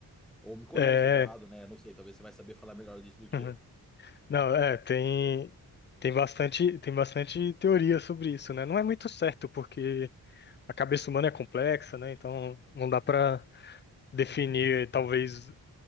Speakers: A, in the centre; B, on the left.
A: Ou me corrija
B: É.
A: se eu tô errado, né? Não sei, talvez você vai saber falar melhor disso do que
B: uhum.
A: eu.
B: Não, é, tem, tem bastante, tem bastante teoria sobre isso, né? Não é muito certo, porque a cabeça humana é complexa, né? Então não dá pra definir, talvez,